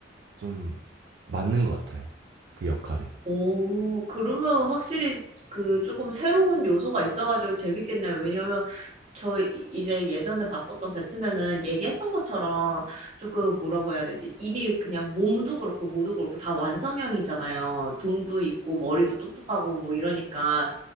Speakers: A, on the right; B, on the right.
A: 좀 맞는 것 같아요. 그 역할에
B: 오, 그러면 확실히 그 조금 새로운 요소가 있어가지고 재밌겠네요. 왜냐면 저 이- 이제 예전에 봤었던 배트맨은 얘기했던 것처럼 조금 뭐라고 해야 되지? 이미 그냥 몸도 그렇고 모두 그렇고 다 완성형이잖아요. 돈도 있고 머리도 똑똑하고 뭐 이러니까